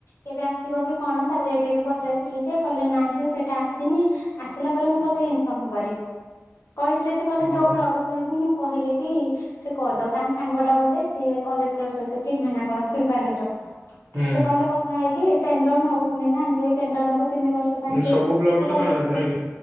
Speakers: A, on the left; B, on the right.
A: କେବେ ଆସିବ କି କଣ? ତାପରେ ଏବେ ବି ମୁଁ ପଚାରଥିଲି ଯେ କହିଲେ ନା ଝିଅ ସେଇଟା ଆସିନି ଆସିଲା ପରେ ମୁଁ ତୋତେ ଇନଫର୍ମ କରିବି। କହିଥିଲେ ସେ କହିଲେ
B: ହଁ।
A: ଯୋଉ ବ୍ଳଗ କହିବୁ ମୁଁ କହିଲେ କି ସେ କରିଦବ ତାଙ୍କ ସାଙ୍ଗ ଟା ଗୋଟେ ସିଏ କଲେକ୍ଟର ସହିତ ଚିହ୍ନା ନା କଣ ଫୁଲବାଣୀର।
B: ହୁଁ।
A: ତ ସେ କହିଲେ କଥା ହେଇକି ଟେଣ୍ଡର ନଉଛନ୍ତି ନା ଯିଏ ଟେଣ୍ଡର ନବ ତିନି ବର୍ଷ ତୋ ପାଇଁ ସେ
B: ସବୁ
A: ହଁ
B: ବ୍ଲକରେ
A: ତା
B: ଜଣେ
A: ସହିତ
B: ଜଣେ
A: ସେ
B: ନାଇଁ କି